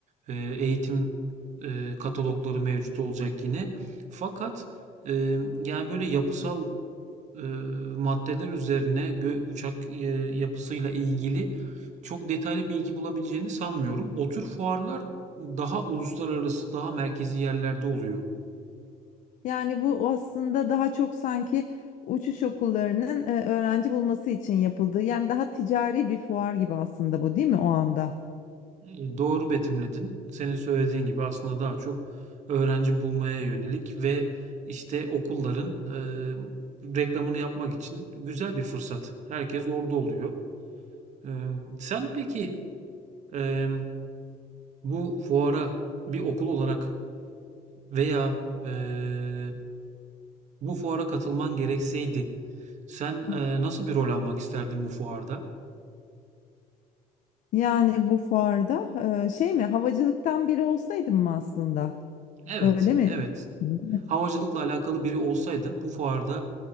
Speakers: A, on the right (about 50°); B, on the left (about 55°).
A: e, eğitim e, katalogları mevcut olacak yine. Fakat e, yani böyle yapısal eee, maddeler üzerine gö- uçak eee, yapısıyla ilgili çok detaylı bilgi bulabileceğini sanmıyorum. O tür fuarlar daha uluslararası, daha merkezi yerlerde oluyor.
B: Yani bu aslında daha çok sanki uçuş okullarının e, öğrenci bulması için yapıldığı, yani daha ticari bir fuar gibi aslında bu, değil mi o anda?
A: E, Doğru betimledin. Senin söylediğin gibi aslında daha çok öğrenci bulmaya yönelik ve işte okulların e, reklamını yapmak için güzel bir fırsat. Herkes orada oluyor. E, sen peki e, bu fuara bir okul olarak veya e, Bu fuara katılman gerekseydi sen,
B: Hı
A: eee,
B: hı.
A: nasıl bir rol almak isterdin bu fuarda?
B: Yani bu fuarda e, şey mi havacılıktan biri olsaydım mı aslında?
A: Evet,
B: Öyle mi?
A: evet.
B: Hı.
A: Havacılıkla alakalı biri olsaydın bu fuarda